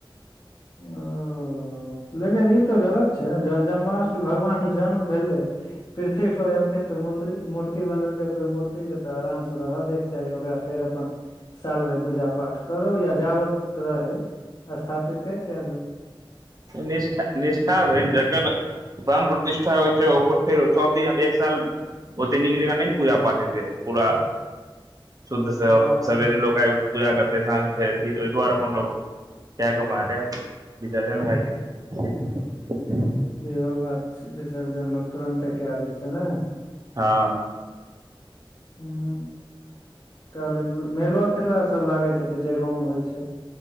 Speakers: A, on the left; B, on the right.
A: ओ लेकिन ई त गलत छै ने जन जान जष भगवान जन्म भेलै पृथ्वी पर एलखिन तऽ ओ मन्त्र मूर्ति बनेलकै तऽ ओहि मूर्तिके तऽ आरामसँ रहऽ दैके चाही ओकरा फेर अपन साल भरि पूजा पाठ करू या जाब तऽ रहै स्थापिते कए दो
B: निष्ठा। निष्ठा भेल जकर प्राण प्रतिष्ठा होइ छै ओकर फेर सभ दिनब एक साल ओते नीक जकाँ नहि नइ पूजा पाठ हेते पूरा शुद्ध सँ
A: हँ
B: सवेरे लोक आबि पूजा करते साँझ फेर तऽ ओहि दुआरे अपन लो के अपनाे विसर्जन भ <unintelligible>
A: इहो बात छै विसर्जन लोक तुरन्ते कए दै छै न
B: हँ
A: हु <inaudible> कालीप मेलो तेला सब लागैत हेते जे गाँव मे होइ छै